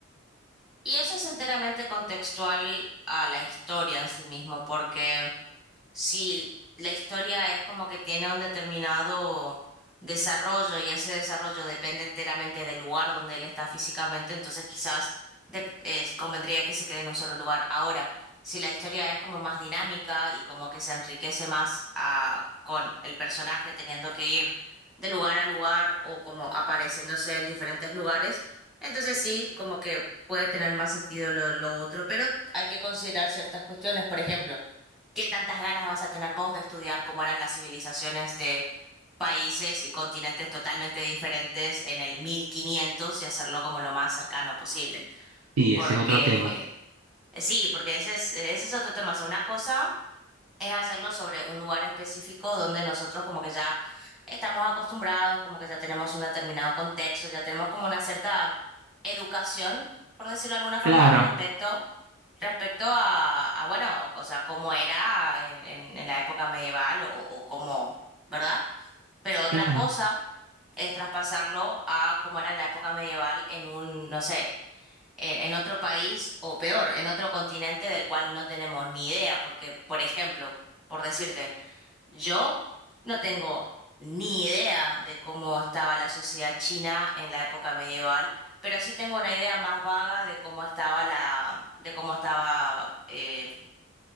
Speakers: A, in the centre; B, on the right.
A: Y eso es enteramente contextual a la historia en sí mismo, porque Sí, la historia es como que tiene un determinado desarrollo y ese desarrollo depende enteramente del lugar donde él está físicamente, entonces quizás de- es- convendría que se quede en un solo lugar. Ahora, si la historia es como más dinámica y como que se enriquece más a- con el personaje teniendo que ir de lugar a lugar o como apareciéndose en diferentes lugares, entonces sí, como que puede tener más sentido lo, lo otro, pero hay que considerar ciertas cuestiones, por ejemplo. ¿Qué tantas ganas vas a tener vos de estudiar cómo eran las civilizaciones de países y continentes totalmente diferentes en el 1500 y hacerlo como lo más cercano posible?
B: Sí,
A: Porque
B: ese es otro tema.
A: sí, porque ese es, ese es otro tema. O sea, una cosa es hacerlo sobre un lugar específico donde nosotros como que ya estamos acostumbrados, como que ya tenemos un determinado contexto, ya tenemos como una cierta educación, por decirlo de alguna forma,
B: Claro,
A: respecto, respecto a, a, bueno, o, o sea, cómo era en, en- en la época medieval o, o cómo, ¿verdad? Pero otra
B: claro,
A: cosa es traspasarlo a cómo era en la época medieval en un, no sé, en, en otro país o peor, en otro continente del cual no tenemos ni idea, porque, por ejemplo, por decirte, yo no tengo ni idea de cómo estaba la sociedad china en la época medieval, pero sí tengo una idea más vaga de cómo estaba la, de cómo estaba eh,